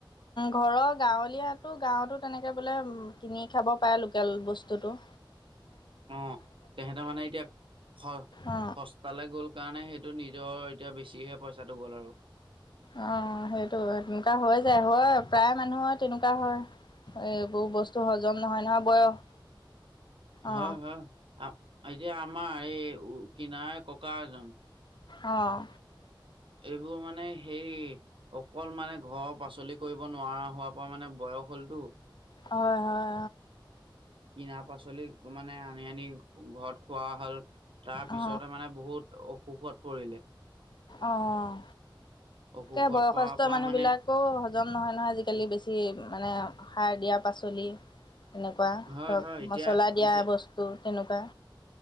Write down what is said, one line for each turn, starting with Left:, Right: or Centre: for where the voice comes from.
Left: ঘৰৰ গাঁৱলীয়াাতো গাঁৱতো তেনেকে বোলে কিনি খাব পাৰে লোকেল বস্তুতটো
Right: অ', তেহেঁতে মানে এতিয়া স-সস্তালে
Left: অ
Right: গ'ল কাৰণে সেইটো নি এতিয়া বেছিহে পইচাটো গ'ল আৰু
Left: অ সেইটো তেনেকুৱা হৈ যায় হয় প্ৰায় মানুহৰ তেনেকুৱা হয় এ বহু বস্তু হজম নহয় নহয় বয়স
Right: হ
Left: অ
Right: হয়া এই যে আম এই কিনাৰে ককা এজন
Left: অঁ
Right: এইবোৰ মানে সেই অকল মানে ঘৰৰ পাচলি কৰিব নোৱাৰা হোৱাৰ পৰা মানে বয় হ'লটো
Left: হয় হয়
Right: কিনা পাচলি মানে আনি আনি ঘৰত খোৱা হল তাৰ পিছতে
Left: অ
Right: মানে বহুত অসুখত পৰিলে
Left: অ',
Right: অসুখত
Left: এই বয়সস্থ
Right: পৰাৰ পৰা
Left: মানুহবিলাকো
Right: মানে
Left: জম নহয় নহয় আজিকালি বেছি মানে সাৰ দিয়া পাচলি তেনেকুৱা
Right: হয়
Left: ধৰক
Right: হয় এতিয়া
Left: মছলা দিয়া
Right: এতিয়া
Left: বস্তু তেনেকুৱা